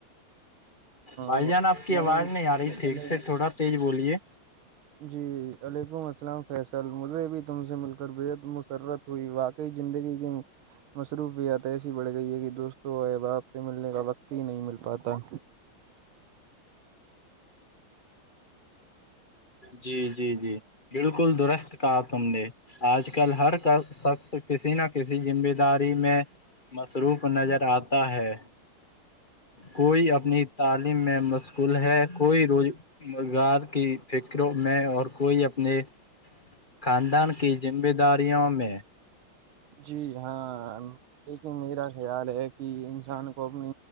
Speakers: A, on the left; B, on the right.
A: بھائی
B: السلام
A: جان آپ کی آواز نہیں آ رہی ٹھیک
B: علیکم
A: سے تھوڑا تیز بولیے
B: جی وعلیکم السلام فیصل مجھے بھی تم سے مل کر بےحد مسرت کوئی واقعی زندگی کی مصروفیات ایسی بڑھ گئی ہے کہ دوستوں و احباب سے ملنے کا وقت ہی نہیں مل پاتا
A: جی جی جی بالکل درست کا تم نےے آج کل ہر کا شخص کسی نہ کسی ذمہ داری میں مصروف نظر آتا ہے کوئی اپنی تعلیم میں مشکول ہے کوئی روز روزگار کی فکروں میں اور کوئی اپنے خاندان کی ذمہ داریوں میں
B: جی ہاں لیکن میرا خیال ہے کہ انسان کو اپنی